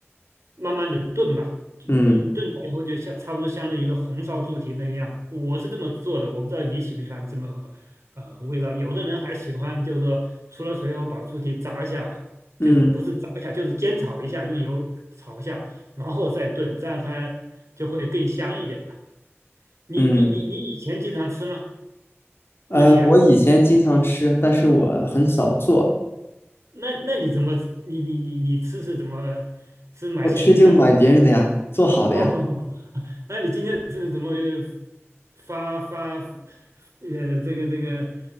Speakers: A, on the right (about 85°); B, on the left (about 55°).
A: 慢慢的炖吧，就一炖出来以后就像差不多相当于一个红烧猪蹄那个样子我是这么做的，
B: 嗯
A: 我不知道你喜不喜欢这么呃味道。有的人还喜欢就是说出了水以后把猪蹄炸一下。
B: 嗯
A: 就是不是炸一下，就是煎炒一下，用油炒一下，然后再炖，这样它就会更香一点吧。你你你你以前经常吃吗？
B: 嗯，呃，
A: 不提啊？
B: 我以前经常吃，但是我很少做，
A: 那那你怎么你你你你吃是怎么是买现成的？
B: 我吃就买别人的呀，做好的呀。
A: <laughs> 哦那你今天是怎么发发呃这个这个